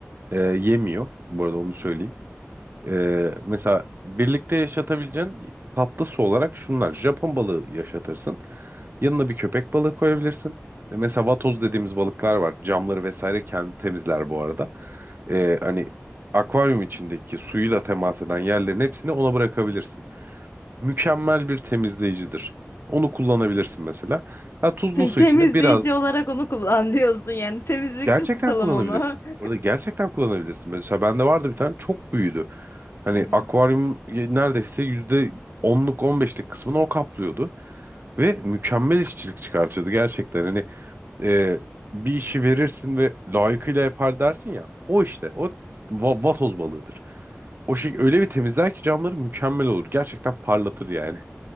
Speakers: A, on the right; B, on the left.
A: Ee, yemiyor. Bu arada onu söyleyeyim. Ee, mesela birlikte yaşatabileceğin tatlısı olarak şunlar. Japon balığı yaşatırsın. Yanına bir köpek balığı koyabilirsin. E, Mesela vatoz dediğimiz balıklar var. Camları vesaire kendi temizler bu arada. Ee, hani akvaryum içindeki suyuyla temas eden yerlerin hepsini ona bırakabilirsin. Mükemmel bir temizleyicidir. Onu kullanabilirsin mesela. Ha, tuzlu
B: <laughs>
A: su
B: Temizleyici
A: içinde biraz
B: olarak onu kullan diyorsun yani. Temizlikçi
A: Gerçekten
B: tutalım
A: kullanabilirsin.
B: onu. <laughs>
A: Orada gerçekten kullanabilirsin. Mesela bende vardı bir tane çok büyüdü. Hani
B: Hı hı.
A: akvaryum neredeyse yüzde 10'luk 15'lik kısmını o kaplıyordu. Ve mükemmel işçilik çıkartıyordu gerçekten. Hani e, bir işi verirsin ve layıkıyla yapar dersin ya. O işte o va- vatoz balığıdır. O şey öyle bir temizler ki camları mükemmel olur. Gerçekten parlatır yani.